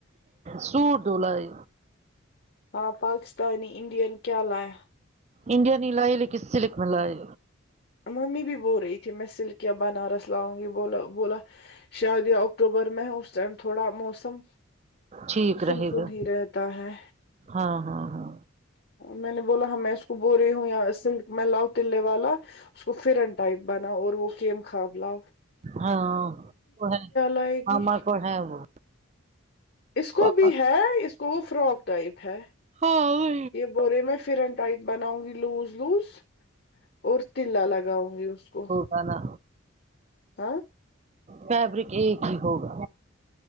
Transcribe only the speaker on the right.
سوٹولائی
انڈیاین ہی لائے لیکن سلک میں لائے
ٹھیک
رہے
گا
ہاں ہاں ہاں
ہاں وہ
ہما
کو ہے وہ
پاپا
ہاں
ونا
فیبرک ایک ہی ہوگا